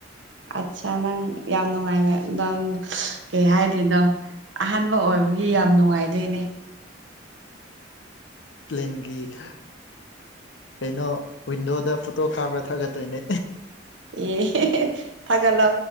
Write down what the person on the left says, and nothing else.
ꯄ꯭ꯂꯦꯟꯒꯤ ꯑ ꯀꯩꯅꯣ ꯋꯤꯟꯗꯣꯗ ꯐꯣꯇꯣ ꯀꯥꯞꯄ꯭ꯔꯥ ꯊꯥꯒꯠꯇꯣꯏꯅꯦ